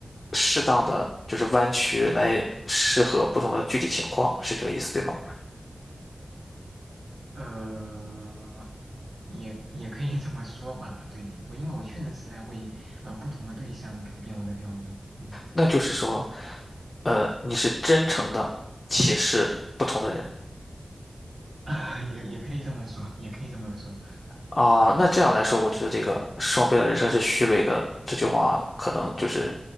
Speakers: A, on the left; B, on the right.
A: 适当的就是弯曲来适合不同的具体情况，是这个意思对吗？
B: 呃，也也可以这么说吧。对，我因为我确实是在为呃不同的对象改变我的标准。嗯，
A: 那就是说。呃，你是真诚的歧视不同的人
B: <laughs> 也也可以这么说，也可以这么说。
A: 啊。那这样来说，我觉得这个“双倍的人生是虚伪的”这句话，可能就是